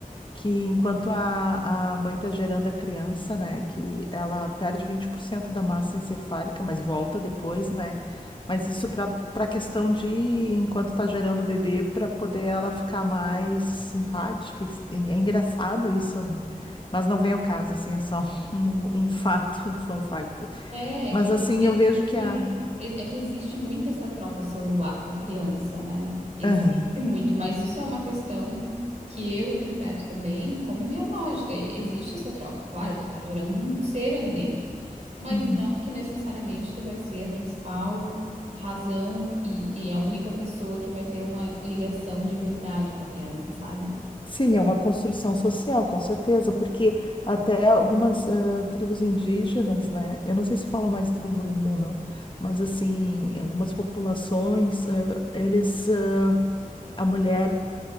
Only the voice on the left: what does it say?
que enquanto a, a mãe está gerando a criança, né, que ela perde 20% da massa encefálica, mas volta depois, né? Mas isso para para questão de enquanto está gerando o bebê, para poder ela ficar mais simpática. e- É engraçado isso, né? Mas não vem ao caso, assim, é só <laughs> um, um fato, um fun fact.
Mas
assim,
eu vejo que a.
Aham.
Uhum.
Sim, é uma construção social, com certeza, porque até algumas eh, tribos indígenas, né? Eu não sei se fala mais tribo ainda ou não, mas assim, algumas populações, eh, eles, eh, a mulher